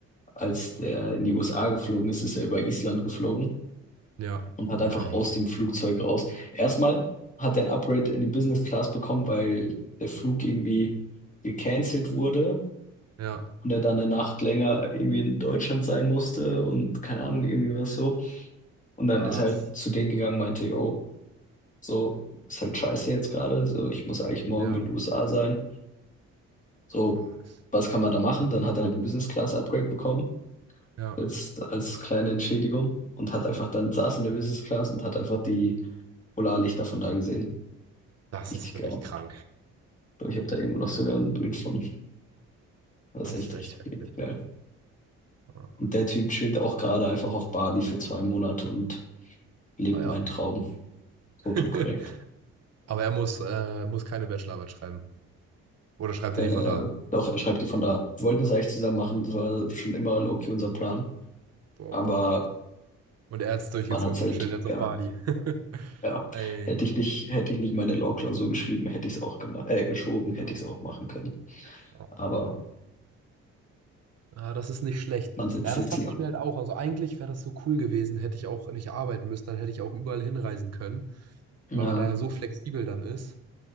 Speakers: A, on the left; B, on the right.
A: als der in die USA geflogen ist, ist er über Island geflogen
B: Ja.
A: und hat
B: Nein.
A: einfach aus dem Flugzeug raus. Erstmal hat er ein Upgrade in die Business Class bekommen, weil der Flug irgendwie gecancelt wurde
B: Ja.
A: und er dann eine Nacht länger irgendwie in Deutschland sein musste und keine Ahnung, irgendwie was so. Und dann
B: Was?
A: ist er halt zu denen gegangen, meinte, yo, so ist halt scheiße jetzt gerade, so ich muss eigentlich morgen
B: Ja.
A: in den USA sein. So,
B: Was?
A: was kann man da machen? Dann hat er halt ein Business Class Upgrade bekommen.
B: Ja.
A: als, als kleine Entschädigung und hat einfach dann saß in der Business Class und hat einfach die Polarlichter von da gesehen.
B: Das
A: Richtig
B: ist wirklich
A: geil.
B: krank.
A: Ich glaube, ich habe da irgendwo noch sogar
B: Ey,
A: ein Bild von. Das
B: Das
A: ist echt
B: ist echt
A: richtig,
B: heftig.
A: richtig geil.
B: Ja.
A: Und der Typ chillt auch gerade einfach auf Bali für zwei Monate und lebt
B: Naja.
A: meinen Traum.
B: <laughs>
A: Fotokorrekt.
B: Aber er muss, äh, muss keine Bachelorarbeit schreiben. Oder schreibt
A: Äh,
B: er die von da?
A: doch, er schreibt die von da. Wir wollten das eigentlich zusammen machen. Das war schon immer low-key unser Plan.
B: Boah.
A: Aber
B: Und er hat es durchgezogen
A: man hat's halt,
B: und chillt jetzt
A: ja,
B: auf Bali. <laughs>
A: ja.
B: Ey.
A: Hätte ich nicht, hätte ich nicht meine Law-Klausur geschrieben, hätte ich es auch gemacht, äh, geschoben, hätte
B: Ja,
A: ich es auch machen können.
B: ja.
A: Aber
B: Ja, das ist nicht schlecht.
A: Man sitzt
B: Ja,
A: jetzt
B: das dachte
A: hier.
B: ich mir halt auch. Also eigentlich wäre das so cool gewesen, hätte ich auch nicht arbeiten müssen, dann hätte ich auch überall hinreisen können,
A: Na,
B: weil man da ja so flexibel dann ist.